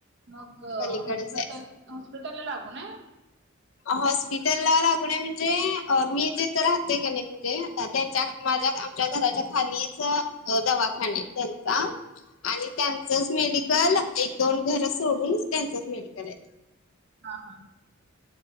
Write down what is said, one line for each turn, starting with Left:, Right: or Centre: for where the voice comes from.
Right: मग हॉस्पिटल
Left: पलीकडेच आहे.
Right: हॉस्पिटलला लागून हाय
Left: हॉस्पिटलला लागून म्हणजे मी जिथं राहतोय की नाही म्हणजे त्यांच्या माझ्या आमच्या घराच्या खालीच अ दवाखाना तेंचा. आणि त्यांचच मेडिकल एक दोन घरं सोडून त्यांचच मेडिकल आहे.
Right: हां हा